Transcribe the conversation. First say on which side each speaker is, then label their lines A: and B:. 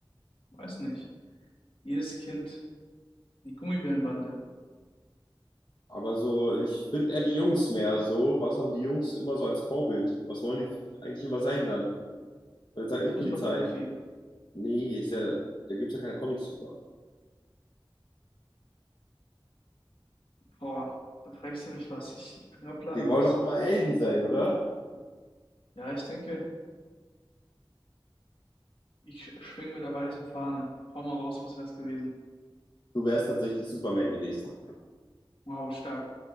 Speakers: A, on the left; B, on the left.
A: weiß nicht. Jedes Kind, die Gummibärenbande,
B: Aber so, ich finde eher die Jungs mehr so. Was haben die Jungs immer so als Vorbild? Was wollen die eigentlich immer sein dann? Und jetzt sagt nicht
A: Fußballprofi.
B: Polizei. Nee, ist ja, da gibt es ja keine Comics drüber.
A: Boah, da fragst du mich was. Ich, ich bin gerade planlos.
B: Die wollen doch immer Helden sein, oder?
A: Ja, ich denke, ich sch- schwing mit der weißen Fahne. Hau mal raus, was wär's gewesen?
B: Du wärst tatsächlich Superman gewesen.
A: Wow, stark.